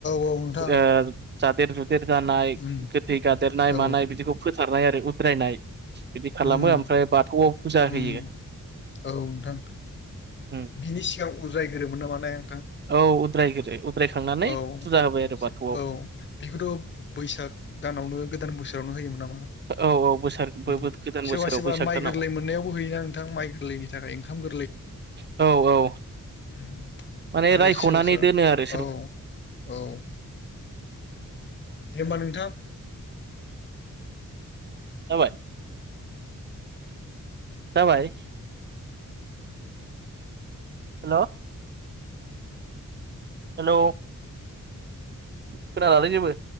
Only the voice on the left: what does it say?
नोंथां
उम
औ
उम
उम औ नोंथां
बिनि सिगां उद्रायग्रोयोमोन नामा ने नोंथां?
औ
औ
बेखौथ' बैसाग दानावनो गोदान बोसोरावनो होयोमोन नामा?
उम
सोरबा
सोरबा
माइ
गोरलै मोननायावबो होयोना नोंथां माइ गोरलैनि थाखाय ओंखाम गोर
उम आरो
सोरबा
सोरबा
औ औ। दे होमबा नोंथां।